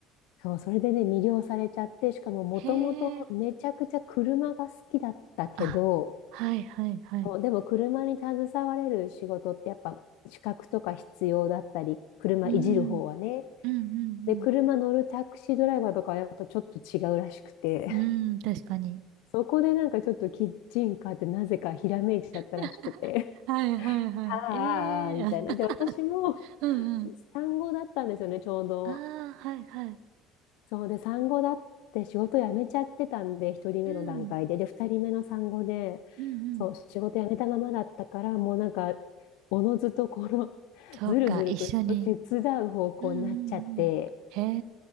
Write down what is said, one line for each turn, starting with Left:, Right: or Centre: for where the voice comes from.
Left: そう、それでね、魅了されちゃって、しかももともとめちゃくちゃ車が好きだったけど、
Right: へえ。あ、はいはいはい。
Left: そう、でも車に携われる仕事ってやっぱ資格とか必要だったり、車いじる方はね。
Right: うん。うんうん
Left: で、車乗るタクシードライバーとかはやっぱちょっと違うらしくて、
Right: うん。
Left: <laughs>
Right: うん、確かに。
Left: そこでなんかちょっとキッチンカーってなぜかひらめいちゃったらしくて、
Right: <laughs> はいはいはい。
Left: <laughs> ああ、
Right: ええーあ
Left: ああ、ああみたいな。で、私も
Right: <laughs>、うんうん。
Left: 産後だったんですよね、ちょうど。
Right: ああ、はいはい。
Left: そうで、産後だって仕事辞めちゃってたんで、一人目の段階で。
Right: うん。
Left: で、2人目の産後で、
Right: うんうん。
Left: そう、仕事辞めたままだったから、もうなんか、おのずとこの、<laughs>
Right: そうか、
Left: ずるずるとと手伝う方向になっちゃって、
Right: 一緒に。うんうんうん。へ